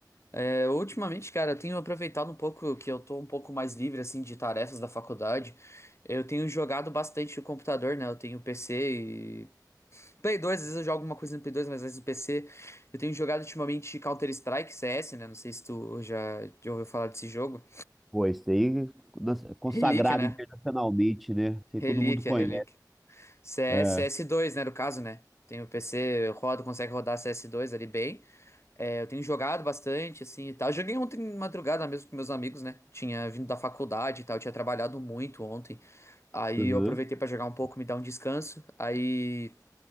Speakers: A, on the left; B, in the centre.
A: É, ultimamente, cara, eu tenho aproveitado um pouco que eu tô um pouco mais livre, assim, de tarefas da faculdade. Eu tenho jogado bastante o computador, né? Eu tenho PC e. Play 2, às vezes eu jogo alguma coisa no Play 2, mas às vezes no PC. Eu tenho jogado ultimamente Counter-Strike, CS, né? Não sei se tu já já ouviu falar desse jogo.
B: Pô, esse aí nas- consagrado
A: Relíquia, né?
B: internacionalmente, né? Isso
A: Relíquia,
B: aí todo mundo conhece.
A: relíquia. CS,
B: É.
A: cs dois, né, no caso, né? Tem o PC, eu rodo, consegue rodar cs dois ali bem. É, eu tenho jogado bastante, assim, e tal. Joguei ontem de madrugada mesmo com meus amigos, né? Tinha vindo da faculdade e tal, eu tinha trabalhado muito ontem. Aí
B: Uhum.
A: eu aproveitei pra jogar um pouco, me dar um descanso. Aí